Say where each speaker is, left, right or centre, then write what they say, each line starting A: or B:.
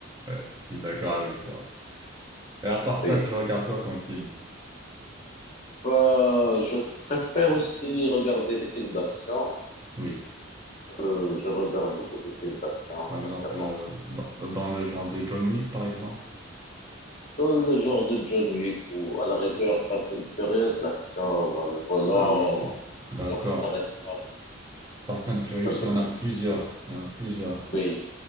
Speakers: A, on the right; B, on the left.
A: ouais, je suis d'accord avec toi. Et à part
B: Oui.
A: ça, tu regardes quoi comme film?
B: Bah, je préfère aussi regarder des films d'action.
A: Oui.
B: Euh, je regarde beaucoup de films d'action,
A: Par
B: sincèrement.
A: exemple, euh, dans, dans le genre de John Wick, par exemple.
B: Dans le genre de John Wick ou à la rigueur Fast and Furious, l'action dans le volant,
A: Ah oui, d'accord.
B: l'action qui s'arrête pas.
A: Fast and Furious,
B: Ça
A: il
B: donne,
A: y en a plusieurs. Il y en a plusieurs.
B: oui.